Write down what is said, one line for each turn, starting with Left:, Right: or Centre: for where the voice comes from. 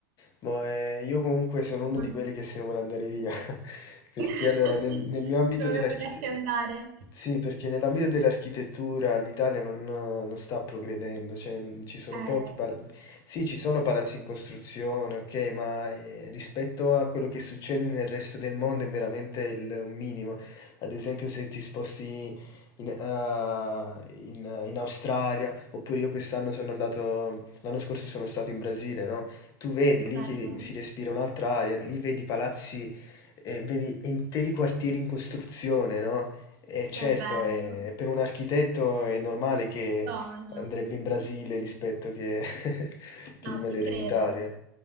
Left: Boh, ehm, io comunque sono uno
Right: Immagino.
Left: di quelli che se ne vuole andare via, <laughs> perché
Right: <laughs>
Left: allora nel nel mio ambito
Right: Dove
Left: dell'archite
Right: vorresti
Left: ehm,
Right: andare?
Left: sì, perché nell'ambito dell'architettura l'Italia non non sta progredendo, cioè, mhmm, ci sono
Right: Eh,
Left: pochi pala sì, ci sono palazzi in costruzione, okay, ma, ehm, rispetto a quello che succede nel resto del mondo è veramente il un minimo. Ad esempio se ti sposti in, eh, in- in Australia, oppure io quest'anno sono andato, l'anno scorso sono stato in Brasile, no? Tu vedi
Right: che
Left: lì
Right: bello,
Left: che si respira un'altra aria, lì vedi palazzi, eh, vedi interi quartieri in costruzione, no? E certo,
Right: che bello,
Left: eh, per un architetto è normale che
Right: il sogno.
Left: andrebbe in Brasile rispetto che, <laughs> che
Right: No,
Left: rimanere
Right: ci credo.
Left: in Italia.